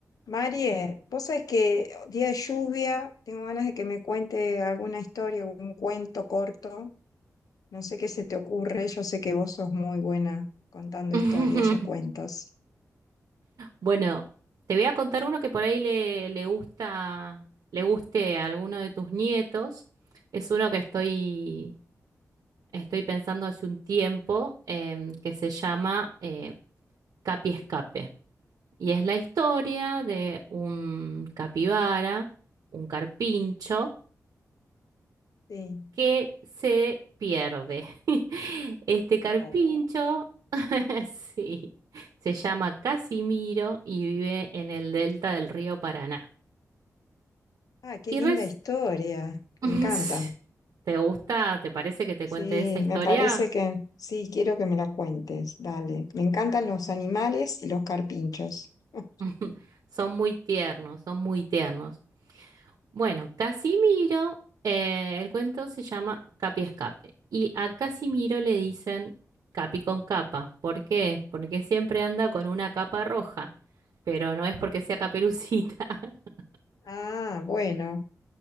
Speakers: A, on the left; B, on the right.
A: Marie, vos sabés que día de lluvia, tengo ganas de que me cuente alguna historia, un cuento corto. No sé qué se te ocurre, yo sé que vos sos muy buena contando
B: <laughs>
A: historias o cuentos.
B: Bueno, te voy a contar uno que por ahí le, le gusta, le guste a alguno de tus nietos. Es uno que estoy, estoy pensando hace un tiempo, em, que se llama eh, Capi Escape. Y es la historia de un capibara, un carpincho,
A: Sí.
B: que se pierde. <laughs> Este carpincho,
A: Oh.
B: <laughs> sí, se llama Casimiro y vive en el delta del río Paraná.
A: Ah, qué
B: Y
A: linda
B: res...
A: historia,
B: <laughs>
A: me encanta.
B: ¿Te gusta? ¿Te parece que te
A: Sí,
B: cuente esa historia?
A: me parece que sí, quiero que me la cuentes, dale. Me encantan los animales y los carpinchos. <laughs>
B: <laughs> Son muy tiernos, son muy tiernos. Bueno, Casimiro, eh, el cuento se llama Capi Escape. Y a Casimiro le dicen Capi con capa. ¿Por qué? Porque siempre anda con una capa roja, pero no es porque sea caperucita. <laughs>
A: Ah, bueno,